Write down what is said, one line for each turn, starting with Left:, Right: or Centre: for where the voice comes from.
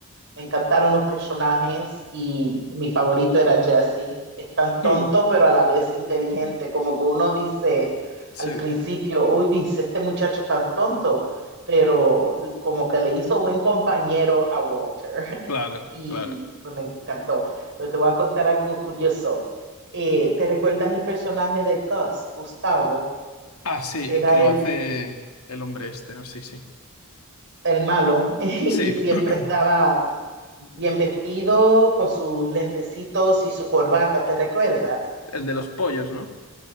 Right: Me encantaron los personajes y mi favorito era Jesse. Es tan
Left: Hmm,
Right: tonto, pero a la vez inteligente. Como que uno dice
Left: Sí,
Right: al principio, uy, si este muchacho es tan tonto, pero como que le hizo buen compañero a Walter. <laughs>
Left: claro,
Right: Y
Left: claro.
Right: pues me encantó. Pero te voy a contar algo curioso. Eh, ¿te recuerdas el personaje de Gus, Gustavo?
Left: Ah, sí,
Right: Era
Left: el que lo
Right: el
Left: hace el hombre este, ¿no? Sí, sí.
Right: el malo, <laughs> y
Left: Sí,
Right: siempre
Left: <clears throat>
Right: estaba bien vestido, con sus lentecitos y su corbata, ¿te recuerdas?
Left: el de los pollos, ¿no?